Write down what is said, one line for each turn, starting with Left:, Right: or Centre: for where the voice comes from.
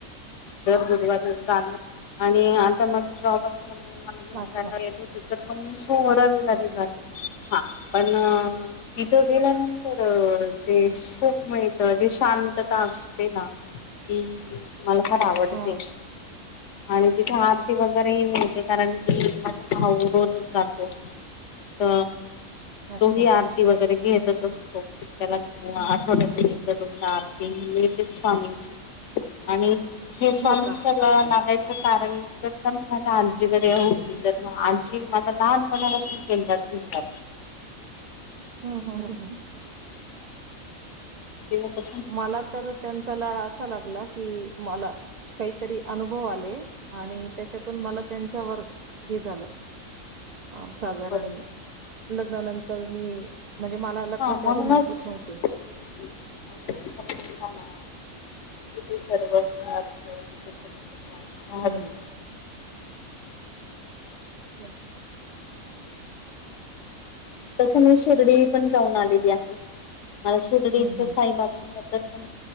Left: दर गुरुवजर जाण आणि आता माझा जॉब असल्यामुळे मला घ
Right: अच्छा
Left: जायलाट होत. तर मग सोहरा विवारी जाते हा पण तिथं गेल्यानंतर जे सुख मिळत जे शांत. असते ना ती मला फार आवडते.
Right: हा
Left: आणि तिथे आरती वगैरे मिळ ते कारण की माझा भाऊ रोजच जातो त
Right: अच्छा
Left: तो ही आरती वगैरे घेतच असतो त्याला आठवड्यातून एकदा स्वामीं आणि हे स्वामींचा
Right: हो का अरे वा
Left: लागायच. कारण कस का मी मझला आजीकडे हो तर म आजी मला लहानपणापासून केंद त.
Right: हा हा ह ह.
Left: तेव्हा प
Right: मला तर त्यांचा लाळ असा लागला की मला काहीतरी अनुभव आले आणि त्याच्यातून मला त्यांच्यावर हे झालं. ह साधारण
Left: बर
Right: लग्नानंतर मी म्हणजे मला लग्नाच्या
Left: हा म्हणूनच.
Right: आधी माहितीच नव्हते
Left: म्हणूनच तर म्हणता ना जिथे सर्व समर्थ तिथे फक्त स्वामी समर्थ
Right: हम्म. <unintelligible>
Left: तस मी शिर्डी पण जाऊन आलेली आहे. मला शिर्डीच्या
Right: हम्म हम्म
Left: साईबाबांबद्दल पण